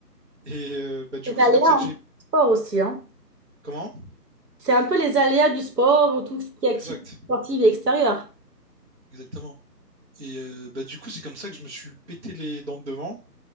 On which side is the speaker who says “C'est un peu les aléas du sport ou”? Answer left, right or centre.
Right